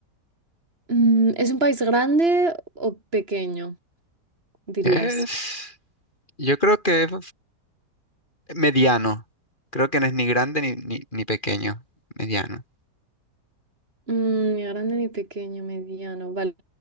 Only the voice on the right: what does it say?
Mm, ¿es un país grande o pequeño? dirías.
Mm, ni grande ni pequeño, mediano. Vale.